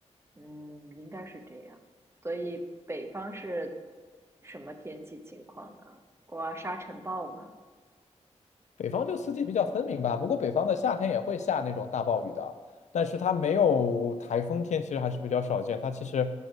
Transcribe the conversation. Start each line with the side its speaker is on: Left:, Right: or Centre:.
Right: 嗯，应该是这样。所以北方是什么天气情况呢？刮沙尘暴吗？
Left: 北方就四季比较分明吧，不过北方的夏天也会下那种大暴雨的，但是它没有台风天，其实还是比较少见。它其实